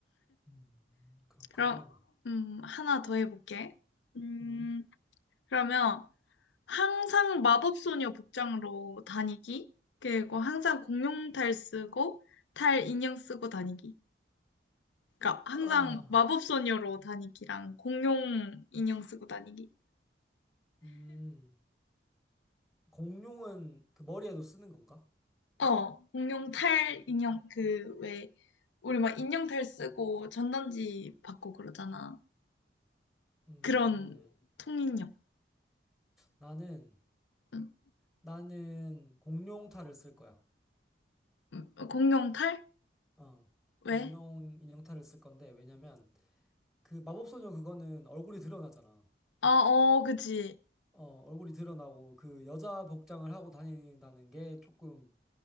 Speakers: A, in the centre; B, on the left.
A: 음, 그렇구나.
B: 그럼, 음, 하나 더 해볼게. 음,
A: 음,
B: 그러면, 항상 마법소녀 복장으로 다니기. 그리고 항상 공룡탈 쓰고 탈 인형 쓰고 다니기. 그러니까 항상
A: 아,
B: 마법소녀로 다니기랑 공룡 인형 쓰고 다니기.
A: 음, 공룡은 그 머리에도 쓰는 건가?
B: 어, 공룡 탈 인형 그 왜 우리 막 인형 탈 쓰고 전단지 받고 그러잖아.
A: 음,
B: 그런 통인형.
A: 나는,
B: 음,
A: 나는 공룡 탈을 쓸 거야.
B: 음, 공룡 탈?
A: 어,
B: 왜?
A: 공룡 인형 탈을 쓸 건데, 왜냐면, 그 마법소녀 그거는 얼굴이 드러나잖아.
B: 아, 어, 그치.
A: 어, 얼굴이 드러나고 그 여자 복장을 하고 다닌다는 게 조금